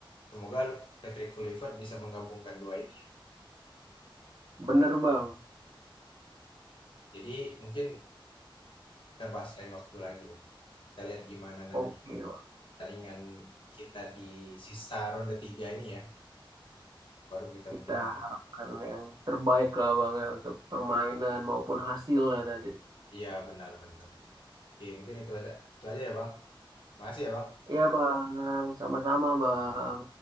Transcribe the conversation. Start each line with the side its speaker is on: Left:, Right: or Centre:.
Left: Semoga Patrick Kluivert bisa menggabungkan dua ini ya.
Right: Bener bang,
Left: Jadi mungkin kita bahas lain waktu lagi Bang. Kita lihat gimana nanti
Right: oke bang.
Left: pertandingan kita di sisa ronde tiga ini ya. Baru kita
Right: Kita
Left: mungkin akan-
Right: harapkan yang terbaik lah bang ya untuk permainan maupun hasilnya tadi.
Left: Iya benar benar benar. Oke mungkin itu aja, itu aja ya Bang. Makasih ya Bang.
Right: Iya bang, sama-sama bang.